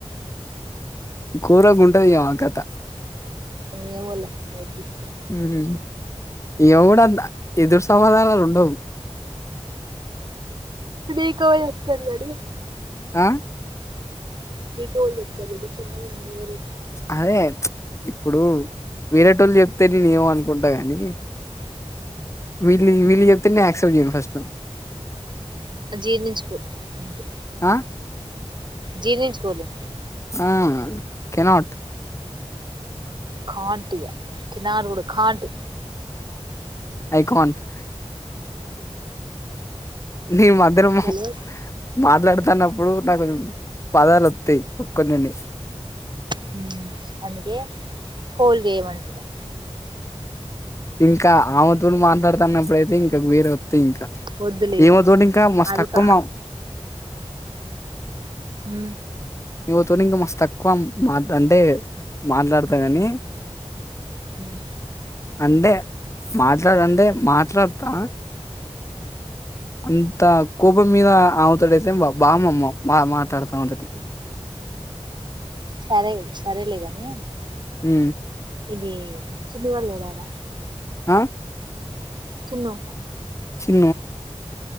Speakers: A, on the left; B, on the right.
A: కూరకు ఉంటది అమ కథ
B: ఏమోలే పట్టిచ్చు
A: ఉహు ఎవడంత ఎదురు సమాధానాలు ఉండవు.
B: బీగవ వత్తందడి
A: ఆ
B: నీకోవలు చెపిరు చున్నగ ఉన్నది మీవరు
A: అరే ఇప్పుడు వీరేటోళ్ళు చెప్తే నేమ అనుకుంటా గాని వీళ్ళ వీళ్ళు చెప్తే నేను యాక్సెప్ట్ చేయను ఫస్ట్
B: జీర్ణించుకో అంతే
A: ఆ
B: జీర్నించుకోలే
A: ఆ కెనాట్
B: కాంట్గా కిినారు కూడా కాంట్
A: ఐకాన్ ట్ నే మద్దరము
B: తెల్వదు
A: మాట్లాడతాన్నం ఇప్పుడు నాకుంచం పాదాలు వత్తి ఒక్కన్నిండి
B: హుమ్ అందుకే హోల్ గేమ్ అంటున్నా
A: ఇంకా ఆమెతోడు మాట్లాడుతున్నప్పుడుయితే ఇంకా వేరే అఅంతే ఇంకా
B: వద్దులే ఇగ
A: ఏమో తోడు ఇంకా మస్
B: అది
A: తక్కువ
B: కా
A: మా
B: మ్
A: నువవు తొని ఇంకా మస్ తక్కువ మాట్ అంటే మాట్లాడుతా కాని
B: మ్
A: అంటే మాట్లాడంటే మాట్లాడతా అంతా కోపం మీద అమెతొడైతే బా బామమ్మ మా మాట్లాడతా ఉంటది
B: సరే సరేలేగాని
A: మ్
B: ఈ చిన్ను గాడు లేడా రా
A: ఆ
B: చిన్నూ
A: అ